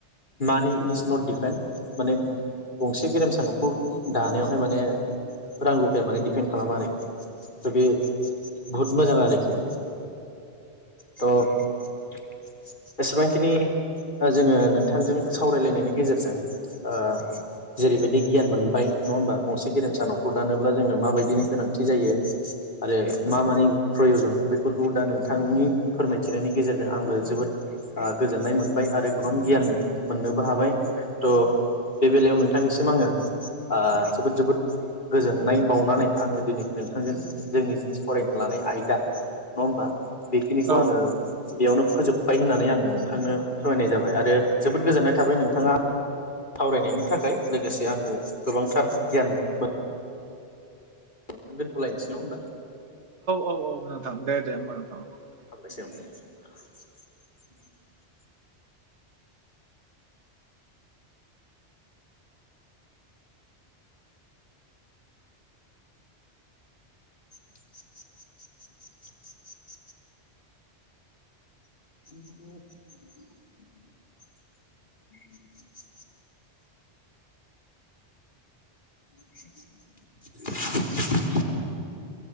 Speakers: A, on the left; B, on the right.
A: मानि इज नट डिफेन्ड माने गंसे गेरेमसा न'खर दानायावहाय माने रां रुफाया माने डिपेन्ड खालामा आरोखि थ' बे बहुद मोजां आरोखि थ' एसेबांखिनि जोङो नोंथांजों सावरायलायनायनि गेजेरजों ओ जेरैबायदि गियान मोनबाय नङा होमबा गंसे गेरेमसा न'खर दानोब्ला जोङो माबायदिनि गोनांथि जायो? आरो मा मानि प्रयजन बेफोरखौ दा नोंथांनि फोरमायथिनायनि गेजेरजों आंबो जोबोद ओ गोजोननाय मोनबाय आरो गोबां गियान मोननोबो हाबाय थ' बे बेलायाव नोंथांनिसिम आङो ओ जोबोद जोबोद गोजोननाय बावनानै आङो दिनै नोंथांजों जोंनि जि सावरायनो लानाय आयदा नङा होमबा बेखिनिखौ
B: औ
A: आङो बेयावनो फोजोबबाय होननानै आं नोंथांनो फोरमायनाय जाबाय आरो जोबोद गोजोननाय थाबाय नोंथाङा सावरायनायनि थाखाय लोगोसे आंखौ गोबांथार गियान मोन नोंथां दोनथ'लायनोसै नङा होमबा?
B: औ औ नोंथां दे दे।
A: <unintelligible>
B: <inaudible>
A: <inaudible> <inaudible> <inaudible>